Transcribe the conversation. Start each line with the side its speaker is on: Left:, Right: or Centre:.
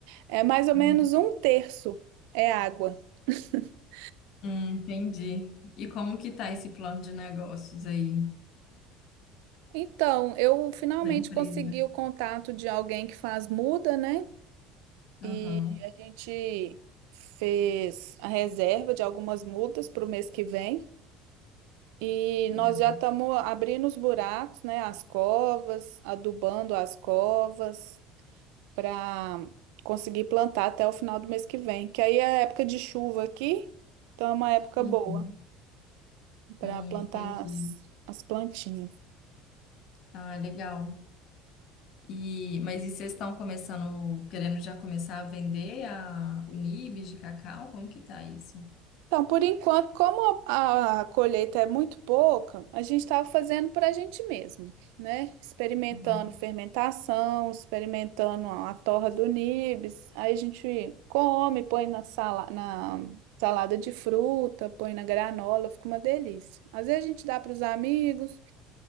Right: é mais ou
Left: Hum.
Right: menos um terço é água. <laughs>
Left: hum, entendi. E como que tá esse plano de negócios aí
Right: Então, eu finalmente
Left: da empresa?
Right: consegui o contato de alguém que faz muda, né?
Left: Aham,
Right: E a gente fez a reserva de algumas mudas para o mês que vem. E
Left: legal.
Right: nós já estamos abrindo os buracos, né, as covas, adubando as covas para conseguir plantar até o final do mês que vem, que aí é época de chuva aqui, então é uma época
Left: Uhum,
Right: boa para
Left: hum,
Right: plantar
Left: entendi.
Right: as, as plantinhas.
Left: Ah, legal. E, mas e vocês estão começando, querendo já começar a vender a, o nibs de cacau? Como que tá isso?
Right: Então, por enquanto, como a, a colheita é muito pouca, a gente estava fazendo para a gente mesmo, né? Experimentando
Left: Aham,
Right: fermentação, experimentando a, a torra do nibs. Aí a gente come, põe na, sala, na salada de fruta, põe na granola, fica uma delícia. Às vezes a gente dá para os amigos,